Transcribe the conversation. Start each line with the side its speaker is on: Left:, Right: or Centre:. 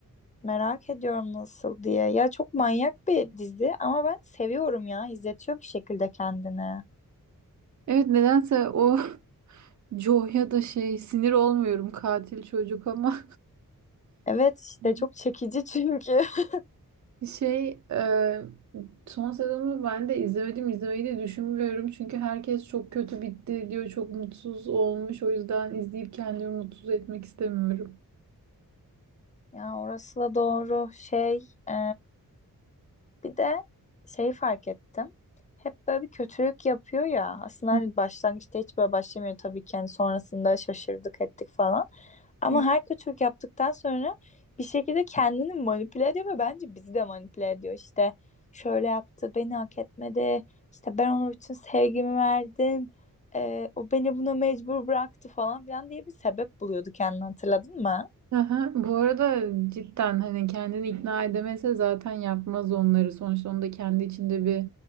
Left: Merak ediyorum nasıl diye. Ya çok manyak bir dizi ama ben seviyorum ya. İzletiyor bir şekilde kendini.
Right: <laughs> Evet nedense o <laughs> Jo'ya da şey sinir olmuyorum katil çocuk ama
Left: Evet işte
Right: <laughs>
Left: çok çekici çünkü. <laughs>
Right: Şey, e, son sezonu ben de izlemedim, izlemeyi de düşünmüyorum. Çünkü herkes çok kötü bitti diyor, çok mutsuz olmuş. O yüzden izleyip kendimi mutsuz etmek istemiyorum.
Left: Ya orası da doğru şey. e, bir de şey fark ettim. Hep böyle bir kötülük yapıyor ya. Aslında
Right: Hı,
Left: hani başlangıçta hiç böyle başlamıyor tabii ki. Hani sonrasında şaşırdık ettik falan. Ama
Right: Evet.
Left: her kötülük yaptıktan sonra bir şekilde kendini manipüle ediyor ve bence bizi de manipüle ediyor. İşte şöyle yaptı, beni hak etmedi. İşte ben ona bütün sevgimi verdim. Ee, o beni buna mecbur bıraktı falan filan diye bir sebep buluyordu kendini hatırladın mı?
Right: Aha, bu arada cidden hani kendini ikna edemese zaten yapmaz onları. Sonuçta onda kendi içinde bir